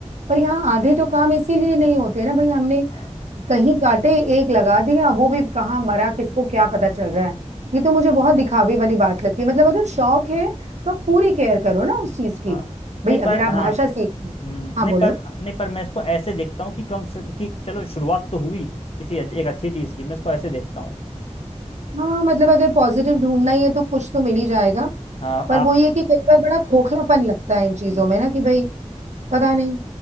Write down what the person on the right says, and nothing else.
पर यहाँ आधे तो काम इसीलिए नहीं होते ना भाई हमने
कहीं काटे एक लगा दिया वो भी कहाँ मरा किसको क्या पता चल रहा है ये तो मुझे बहुत दिखावे वाली बात लगती है मतलब अगर शौक है तो आप पूरी केयर करो ना उस चीज की
भाई
अगर आप
भाषा सीख रहे हो,
हाँ
बोलो
हाँ मतलब अगर पॉजिटिव ढूंढना ही है तो कुछ तो मिल ही जाएगा
पर वो ये कि कई बार बड़ा खोखलापन लगता है इन चीजों
में ना कि भाई पता नहीं